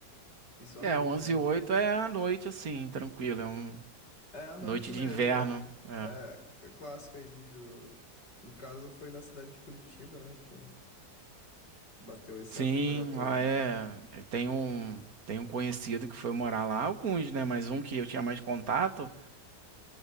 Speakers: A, on the left; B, on the right.
A: Isso
B: É,
A: à noite,
B: onze
A: né?
B: e 8 é a noite assim, tranquila, é uma
A: É à noite
B: noite de
A: mesmo.
B: inverno. é.
A: É c- clássico aí do... No caso, foi na cidade de Curitiba, né? Que bateu essa
B: Sim,
A: temperatura.
B: lá é. Eu tenho um, tenho um conhecido que foi morar lá, alguns, né? Mas um que eu tinha mais contato,